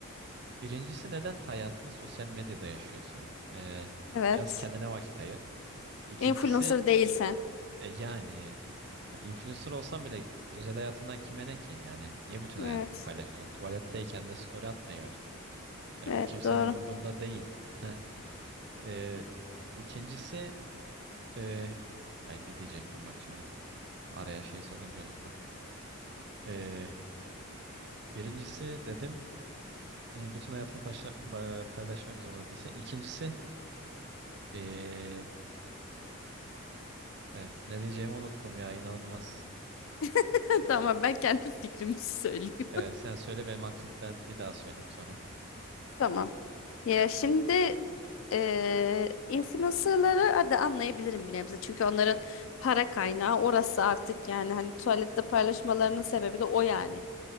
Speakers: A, on the right; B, on the left.
A: Birincisi neden hayatını sosyal medyada yaşıyorsun? Ee,
B: Evet.
A: biraz kendine vakit ayır. İkincisi
B: Influencer değilsen.
A: e, yani hani influencer olsan bile özel hayatından kime ne ki? Yani niye bütün hayatını
B: Evet.
A: paylaşıyorsun? Tuvaletteyken de story atmayı ver. Yani
B: Evet
A: bu kimsenin
B: doğru.
A: umurunda değil. <laughs> Heh. Ee, ikincisi e, ay ne diyecektim bak şimdi. Araya şey sokunca unuttum. Ee, birincisi dedim e, bütün hayatını paşla- ba- paylaşmak zorunda değilsin. İkincisi e, Evet. Ne diyeceğimi unuttum ya. inanılmaz.
B: <laughs> Tamam ben kendi fikrimi söyleyeyim.
A: Evet, sen söyle benim aklım ben bir daha söyleyeyim sonra.
B: Tamam. Ya şimdi eee influencerları hadi anlayabilirim bir nebze. Çünkü onların para kaynağı orası artık yani hani tuvalette paylaşmalarının sebebi de o yani.